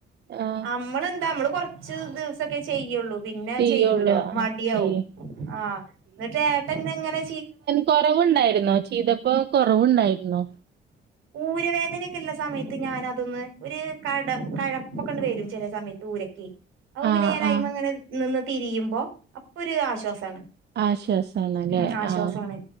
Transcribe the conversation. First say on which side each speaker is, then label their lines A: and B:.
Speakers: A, on the right; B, on the right.
A: ആഹ്
B: അമ്മളെന്താ മ്മള് കൊറ ച്ച് ദിവസൊക്കെ ചെയ്യോള്ളൂ പിന്നെ
A: ചെയ്യുള്ളൂ
B: ചെയ്യൂല
A: ആഹ്
B: മടിയാവും
A: ചെയ്യും
B: ആഹ് എന്നിട്ട് എട്ടന്നങ്ങനെ
A: കൊറവുണ്ടാരുന്നോ ചെയ്തപ്പോ കൊറവുണ്ടാരുന്നോ
B: ഊരവേദനൊക്കെള്ള സമയത്ത് ഞാൻ അതൊന്ന് ഒരു കട കഴപ്പൊക്കണ്ട് വരും ചെല സമയ ഊരക്ക് അപ്പോ
A: ആഹ്
B: പിന്നെ ഞാൻ അയ്മ്മങ്ങനെ
A: ആഹ്
B: നിന്ന് തിരിയുമ്പോ അപ്പോരു ആശ്വാസാണ്
A: ആശ്വാസാണല്ലേ
B: ഉം ആശ്വാസവാണ്
A: ആഹ്